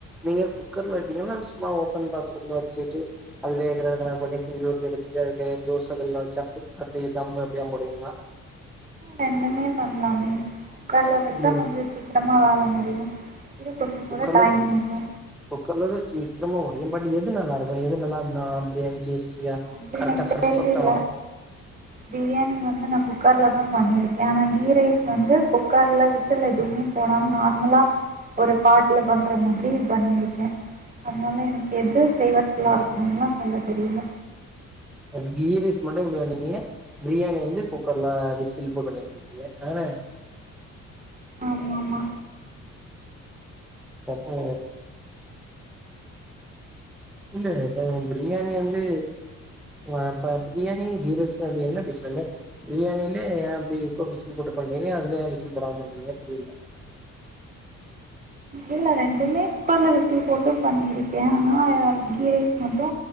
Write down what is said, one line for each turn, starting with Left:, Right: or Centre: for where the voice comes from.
Centre: நீங்க குக்கர்ல வப்பிங்களா சும்மா ஓப்பன் பாத்தரத்துல வச்சிட்டு அது வேகுற எதனா <unintelligible> வச்சிட்டு அதுக்கிற தோச கல்ல வச்சு அப்டி அப்டி தம் அப்டியா போடுவிங்ளா
Right: ரெண்டுமே பண்லாமே குக்கர்ல வச்சா
Centre: இல்லைங்
Right: கொஞ்சோ சீக்கிரமா வேல முடியு இது கொஞ்சோ கூட
Centre: முக்கால்
Right: டைம்
Centre: அரிசி
Right: ஆகு
Centre: குக்கர்ல தா சீக்கிரமா முடியு பட் எது நல்லா இருக்கு எது நல்லா இருந்தா பிரியாணி டேஸ்டியா
Right: அது எனக்கு
Centre: கரெக்டா பெர்ஃபெக்ட்டா
Right: தெரியில
Centre: வரும்
Right: பிரியாணி வந்து நா குக்கர்ல தா பண்ணிருக்கே ஆனா கீ ரைஸ் வந்து குக்கர்ல விசில் எதுவுமே போடாம நார்மலா ஒரு பாட்ல பண்ற மாதிரி பண்ணிருக்கே அதனால எனக்கு எது ஃபிளேவர் ஃபுல்லா இருக்கும்லா சொல்ல தெரியில
Centre: ஆ கீ ரைஸ் மட்டு இப்ப பண்ணிருக்கீங்க பிரியாணி வந்து குக்கர்ல விசில் இப்ப பண்ணிருக்கீங்க <unintelligible>
Right: ஆமா ஆமா
Centre: அப்போ இல்ல இப்போ பிரியாணி வந்து ஆ இப்ப பிரியாணியு கீ ரைஸ்க்கு அப்டி என்ன டிஃப்ரெண்டு பிரியாணிலே ஏ அப்டி இருக்கோ விசில் போட்டு பண்றீங்க அதுலயா விசில் போடாம பண்றீங்க புரியில
Right: இல்ல ரெண்டுமே குக்கர்ல விசில் போட்டு பண்ணிருக்கே ஆனா கீ ரைஸ் மட்டு